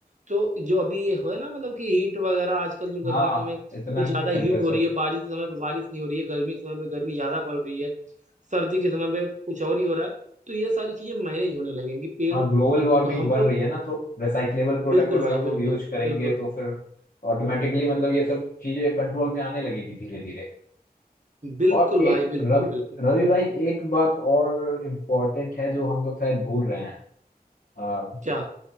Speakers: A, on the right (about 45°); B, on the left (about 60°).
A: तो जो अभी ये हो है ना मतलब कि हीट वगैरह आजकल जो गर्मियों
B: हाँ
A: में
B: इतना
A: कुछ ज़्यादा
B: टेम्परेचर
A: हीट हो रही है बारिश के समय पे बारिश नहीं हो रही है गर्मी के समय पे गर्मी ज़्यादा पड़ रही है सर्दी के समय पे कुछ और ही हो रहा है तो ये सारी चीज़ें मैनेज होने लगेंगी पेड़
B: हाँ
A: थोड़ा
B: ग्लोबल वार्मिंग
A: हम
B: बढ़
A: लोग
B: रही है ना तो रिसाइक्लेबल प्रोडक्ट
A: बिल्कुल
B: अगर
A: भाई
B: हम लोग
A: बिल्कुल
B: यूज करेंगे
A: बिल्कुल
B: तो फिर ऑटोमेटिकली मतलब ये सब चीजें कंट्रोल में आने लगेगी धीरे धीरे
A: बिल्कुल
B: और एक
A: भाई बिल्कुल
B: रवि
A: बिल्कुल
B: रवि भाई एक बात और इम्पोर्टेंट है जो हम लोग शायद भूल रहे हैं आ,
A: क्या